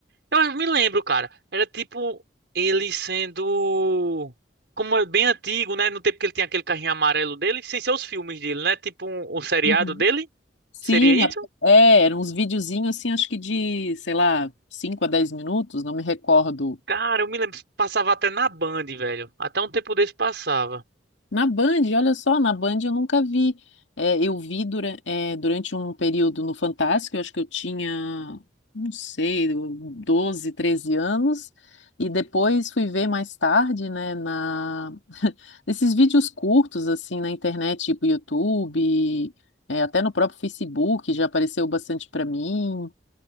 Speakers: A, on the right; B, on the left.
A: eu me lembro, cara, era tipo ele sendo, como é bem antigo, né, no tempo que ele tinha aquele carrinho amarelo dele, sem ser os filmes dele, né, tipo um, um seriado
B: Uhum.
A: dele,
B: Sim,
A: seria isso?
B: a- é, eram uns videozinhos assim, acho que de, sei lá, 5 a 10 minutos, não me recordo
A: Cara, eu me lembro, passava até na Band, velho, até um tempo desse passava,
B: Na Band, olha só, na Band eu nunca vi. É, eu vi dura- é, durante um período no Fantástico, eu acho que eu tinha, não sei, 12, 13 anos, e depois fui ver mais tarde, né, na... <laughs> nesses vídeos curtos, assim, na internet, tipo YouTube, é, até no próprio Facebook já apareceu bastante para mim.